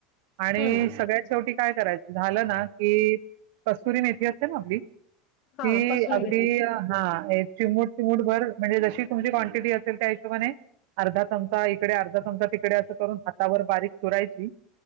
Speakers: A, on the right; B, on the left.
A: आणिईई
B: हं.
A: सगळ्यात शेवटी काय करायचं झालं ना की कसुरी मेथी असते बघ आपली, ती
B: हा कसुरी
A: अगदी
B: मेथी
A: <unintelligible> हां एक चिमुूट मूठभर म्हणजे जशी तुमची क्वांटिटी असेल त्या हिशोबाने, अर्धा चमचा इकडे अर्धा चमचा तिकडे असं करून हातावर बारीक चुरायची